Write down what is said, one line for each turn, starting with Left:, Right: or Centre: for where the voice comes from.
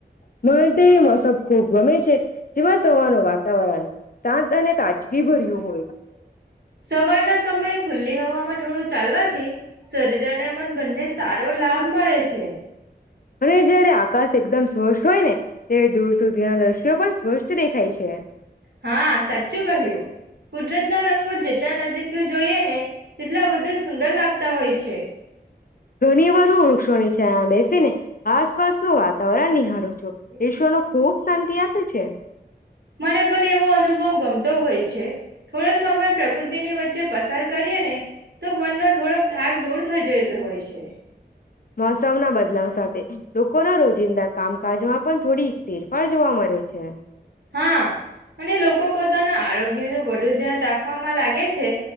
Left: <inaudible> મને તો એ મોસમ ખુબ ગમે છે. જેમાં સવારનું વાતાવરણ શાંત અને તાજગી ભર્યું
Right: <inaudible>
Left: હોય.
Right: સવારના સમય ખુલ્લી હવામાં થોડું ચાલવાથી શરીર <inaudible> બંને સારો લાભ મળે છે.
Left: હું જ્યારે આ આકાશ એકદમ શોષ હોય ને ત્યારે દૂર સુધીના દ્રશ્યો પણ સ્પષ્ટ દેખાય છે.
Right: હા! સાચું કહ્યું કુદરત ના રંગો જેટલા નજીકથી જોઈએ ને તેટલા વધુ સુંદર લાગતા હોય છે.
Left: ઘણી વધુ વૃક્ષોની અચછા આબે ને આસપાસ નું વાતાવરણ નિહારું છું
Right: <inaudible>
Left: ઈશ્વરનો ખૂબ શાંતિ આપે છે.
Right: મને પણ એવો અનુભવ ગમતો હોય છે. થોડો સમય પ્રકૃતિની વચ્ચે પસાર કરીએ ને તો, મનનો થોડોક થાક દૂર થઈ જતો હોય છે.
Left: મોસમ ના બદલાવ સાથે લોકો ના રોજિંદા કામ કાજમાં પણ થોડી ફેરફાર જોવા મળે છે. <inaudible>
Right: હા અને લોકો પોતાના આરોગ્ય નું વધુ ધ્યાન રાખવામાં લાગે છે